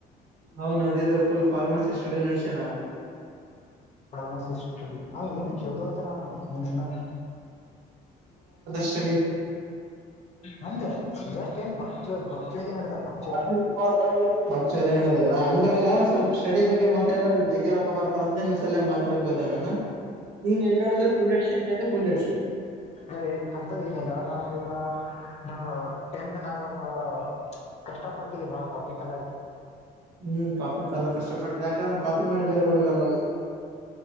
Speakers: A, on the right; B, on the left.
A: ಹೌನದ ಇದು ಫುಲ್ ಫಾರ್ಮಸಿ ಸ್ಟಡಿ ನಡಸ್ಯಾನ ಅವಾ
B: ಫರ್ಮಸಿ ಸ್ಟಡಿ ಹ ಏನು ಚದು ಆತ ನಾನೋಡು ಮುಂದೇನು ಆಗಲ್ಲ
A: ಷ್ಟಡಿ
B: ನಂದ <unintelligible>
A: <unintelligible> ಭ ಹಂಗಲ್ಲ ಸ್ವಲ್ಪ ಸ್ಟಡಿ ಬಗ್ಗೆ ಮಾತಡಿದ್ರ ಜಗ್ಗ ರೊಕ್ಕ ಬರ್ತ ಅಂದ ಲ ಮಾತಾಡಕ್ ಹೋದ ನಾನ ನೀವ ಎಲ್ಲಿ ನೋಡಿದ್ರೆ ಕುಂಡಡ್ಷೆ ಅಂತ ಅ್ರ ಕುಂಡಿಡ್ಷೆ
B: ಅ ಅಂತದ್ ಏನಲ್ಲ ನಾನ ನಾ ನಮ್ಮ ಟೆಂತ್ ನ ಬಹಳ ಕಷ್ಟ ಪಟ್ಟಿದೆ ಬಹಳ ಕಾಪಿಕ್ಲ್
A: ಹ್ಮ್ ಕಾಪಿ ಕಾಲ ಕಷ್ಟಪಟ್ಟಿದೆ ಯಾಕಂದ್ರ ಕಾಪಿ ಮಾಡಿ ಬೇರೆ ಹುಡುಗಲ್ಲ